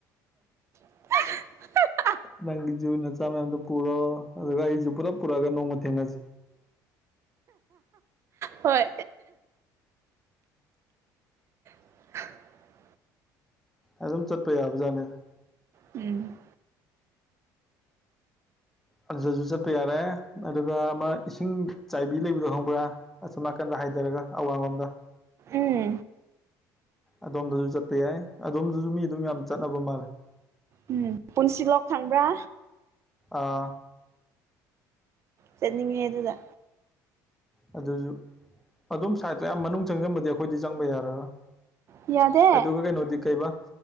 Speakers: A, on the right; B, in the centre.
A: <unintelligible>
B: ꯅꯪꯒꯤꯖꯎ ꯅꯆꯥ ꯃꯌꯥꯝꯗꯨ ꯄꯨꯔꯣ ꯑꯗꯨꯒ ꯑꯩꯁꯨ ꯄꯨꯔꯞ ꯄꯨꯔꯛꯑꯒ ꯅꯣꯡꯃ ꯊꯦꯡꯅꯁꯤ꯫
A: ꯍꯣꯏ꯫ <unintelligible>
B: ꯑꯗꯨꯝ ꯆꯠꯄ ꯌꯥꯕꯖꯥꯠꯅꯤꯗ꯫
A: ꯎꯝ꯫
B: ꯑꯗꯨꯁꯨ ꯆꯠꯄ ꯌꯥꯔꯦ ꯑꯗꯨꯒ ꯑꯃ ꯏꯁꯤꯡ ꯆꯥꯏꯕꯤ ꯂꯩꯕꯗꯣ ꯍꯪꯕ꯭ꯔꯥ ꯑꯁꯨꯝꯅꯥꯀꯟꯗ꯫ ꯍꯥꯏꯊꯔꯒ ꯑꯋꯥꯡꯂꯣꯝꯗ
A: ꯎꯝ
B: ꯑꯗꯣꯝꯗꯁꯨ ꯆꯠꯄ ꯌꯥꯏ ꯑꯗꯣꯝꯗꯁꯨ ꯃꯤ ꯑꯗꯨꯝ ꯌꯥꯝ ꯆꯠꯅꯕ ꯃꯥꯜꯂꯦ
A: ꯎꯝ ꯄꯨꯟꯁꯤꯂꯣꯛ ꯈꯪꯕ꯭ꯔꯥ
B: ꯑꯥ
A: ꯆꯅꯤꯡꯉꯦ ꯑꯗꯨꯗ
B: ꯑꯗꯨꯁꯨ ꯑꯗꯨꯝ ꯁꯥꯏꯠꯇꯣ ꯌꯥꯝ ꯃꯅꯨꯡ ꯆꯪꯖꯟꯕꯗꯤ ꯑꯩꯈꯣꯏꯗꯤ ꯆꯪꯕ ꯌꯥꯔꯔꯣꯏ
A: ꯌꯥꯗꯦ
B: ꯑꯗꯨꯒ ꯀꯩꯅꯣꯗꯤ ꯀꯩꯕꯥ